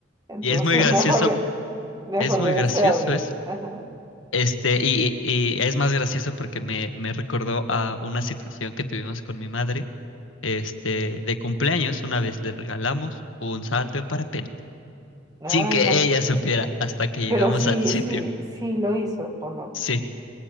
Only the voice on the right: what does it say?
Entonces,
me acordé, me acordé
de
ese audio.
Ajá.
Ay,
ma-
Pero sí,
sí, sí lo hizo o no.